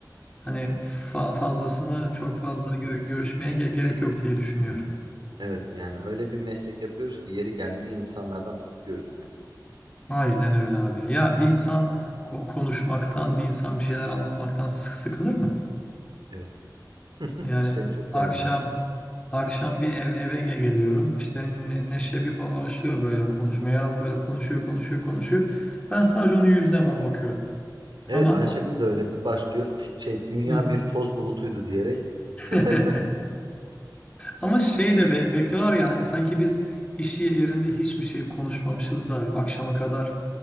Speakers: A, on the left; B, on the right.
A: Hani fa- fazlasını çok fazla gö- görüşmeye ge- gerek yok diye düşünüyorum.
B: Evet, yani öyle bir meslek yapıyoruz ki yeri geldiğinde insanlardan bıkıyoruz yani.
A: Aynen öyle abi. Ya bir insan ko- konuşmaktan, bir insan bir şeyler anlatmaktan sık sıkılır mı?
B: Evet, <laughs>
A: Yani
B: seni çok
A: akşam
B: iyi anlıyorum.
A: akşam bir ev eve ge- geliyorum. İşte ne- Neşe bir başlıyor böyle konuşmaya. Böyle konuşuyor, konuşuyor, konuşuyor. Ben sadece onun yüzüne ba- bakıyorum.
B: Evet,
A: Ama
B: Ayşegül de öyle bir başlıyor. Fi- Şey, dünya
A: Hı hı.
B: bir toz bulutuydu diyerek.
A: <laughs>
B: <laughs>
A: Ama şey de be- bekliyorlar ya hani sanki biz iş yerinde hiçbir şey konuşmamışız da akşama kadar